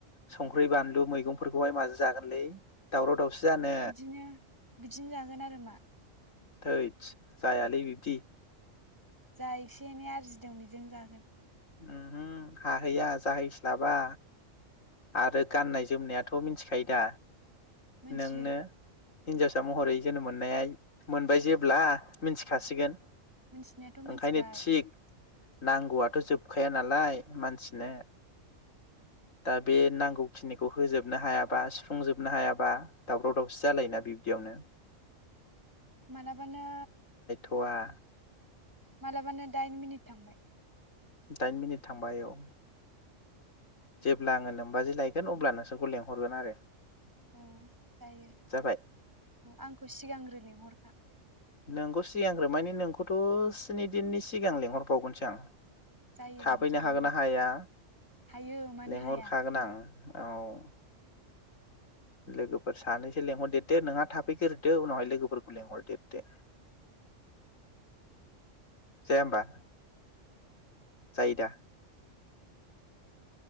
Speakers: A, on the left (about 90°); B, on the right (about 15°).
A: संख्रि बानलु मैगंफोरखौहाय माजों जागोनलै दावराव दावसि जानो
B: बिदिनो बिदिनो जागोन आरो मा
A: थोदस जाया। लै बिब्दि।
B: जा एसे एनै आरजिदों बेजों जागोन।
A: ओहो हाहैया जाहैस्लाबा आरो गाननाय जोमनायाथ' मिथिखायो दा?
B: मोनथियो
A: नोंनो हिन्जावसा महरै जोनोम मोननाय मोनबाय जेब्ला मिथिखासिगोन।
B: मोनथिनायाथ' मोनथिबाय
A: ओंखायनो थिग नांगौआथ' जोब थोखाया नालाय मानसिनो। दा बे नांगौखिनिखौ होजोबनो हायाबा सुफुंजोबनो हायाबा दावराव दावसि जालायोना बिबदियावनो।
B: मालाबानो
A: गा <unintelligible>
B: मालाबानो दाइन मिनिट थांबाय
A: दाइन मिनिट थांबाय औ जेब्ला आङो नोंबाजै लायगोन अब्ला नोंसोरखौ लेंहरगोन आरो
B: औ जायो
A: जाबाय
B: औ आंखौ सिगांग्रो लिहरखा।
A: नोंखौ सिगांग्रो मायनि नोंखौथ' स्नि दिननि सिगां लिंहरबावगोनसो आं।
B: जायो
A: थाफैनो
B: बिदिबाबो
A: हागोन ना हाया?
B: हायो मानो
A: लेंहरखागोन
B: हाया
A: आं। औ लोगोफोर सानैसो लेंंहरदेरदो नोंहा थाफैग्रोदो उनावहाय लोगोफोरखौ लेंंहरदेरदो। जाया होमबा जायो दा?